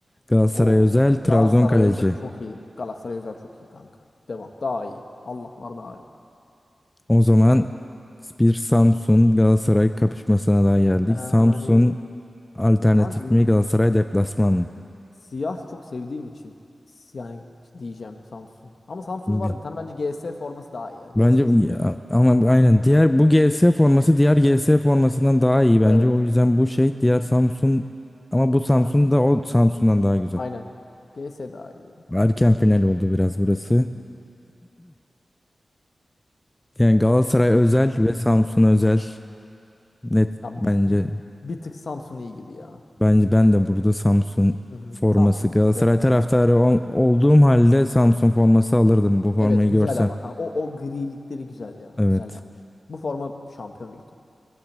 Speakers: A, on the left; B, on the left.
A: Galatasaray
B: Oo.
A: özel, Trabzon
B: Galatasaray
A: kaleci.
B: özel çok iyi. Galatasaray özel çok iyi kanka. Devam. Daha iyi. Allah var daha iyi.
A: O zaman bir Samsun Galatasaray kapışmasına daha geldik.
B: Yani
A: Samsun alternatif
B: kanka
A: mi Galatasaray deplasman mı?
B: Siyah çok sevdiğim için s- yani diyeceğim Samsun. Ama Samsun'un
A: Bi-
B: var bir tane bence G S forması daha iyi ya. G
A: Bence
B: GS'yi
A: bu-
B: seç.
A: ya- ama aynen diğer bu G S forması diğer G S formasından daha iyi bence.
B: Evet.
A: O yüzden bu şey diğer Samsun ama bu Samsun
B: Ben
A: da o Samsun'dan daha güzel.
B: aynen. G S daha iyi ya.
A: Erken final oldu biraz burası. Yani Galatasaray özel
B: Hmm.
A: ve Samsun özel. Net
B: Ya
A: bence.
B: bir, bir tık Samsun iyi gibi ya.
A: Bence ben de burada Samsun
B: Hı hı.
A: forması
B: Samsun'u
A: Galatasaray
B: seçiyorum abi
A: taraftarı
B: ben de.
A: ol- olduğum halde Samsun forması alırdım bu formayı
B: Evet güzel
A: görsem.
B: ama kanka. O, o grilikleri güzel ya.
A: Evet.
B: Güzel yapmış. Bu forma şampiyon büyük ihtimal.